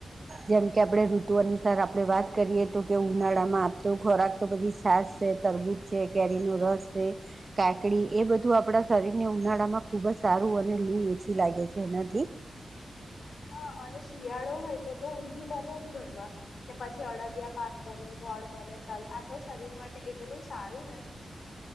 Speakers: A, on the right (about 35°); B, on the left (about 75°).
A: જેમ કે આપણે ઋતુ અનુસાર આપણે વાત કરીએ તો કે ઉનાળામાં આપતો ખોરાક તો પછી છાસ છે તરબૂજ છે કેરીનો રસ છે કાકડી એ બધું આપણા શરીરને ઉનાળામાં ખૂબ જ સારું અને લૂ ઓછી લાગે છે એનાથી
B: હા અને શિયાળો હોય તો તો ઊંધિયું બને જ ઘરમાં કે પછી અડદિયા પાક બને ગોળ બને તલ આ તો શરીર માટે એટલું સારું ને